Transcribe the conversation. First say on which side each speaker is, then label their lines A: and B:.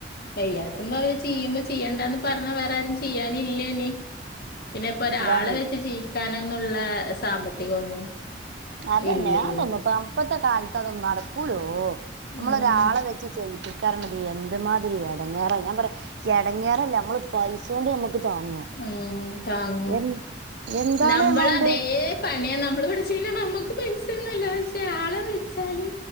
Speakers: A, on the left; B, on the right.
A: വയ്യാ ത്തുമ്പോ അവര് ചെയ്യുമ്പോ ചെയ്യേണ്ടന്ന് പറഞ്ഞാ വേറെ ആരും ചെയ്യാനുല്ലേനി. പിന്നെ ഇപ്പൊ ഒരാളെ
B: അതാണ്
A: വെച്ച് ജീവിക്കാനന്നുള്ള സാമ്പത്തികൊന്നും
B: അതെന്നെ
A: ഇല്ലേനി.
B: അതൊന്നും ഇപ്പ ഇപ്പത്തെ കാലത്ത് അതൊന്നും നടക്കൂലോ നമ്മള്
A: ഉം
B: ഒരാളെ വെച്ച് ചെയ്യിപ്പിക്കാറിണത് എന്ത്മാതിരി എടെങ്ങേറാ ഞാൻ പറയാ എടെങ്ങേറല്ല നമ്മള് പൈസൗണ്ട് നമ്മക്ക് താങ്ങോ?
A: ഉം താങ്ങോ
B: എൻ എന്താണ്
A: നമ്മള
B: എമൗണ്ട്
A: അതേ പണിയ നമ്മള് ഇവിടെച്ചെയ്ണെ നമ്മുക്ക് പെസൊന്നുല്ല പക്ഷെ ആളെ വിളിച്ചാല്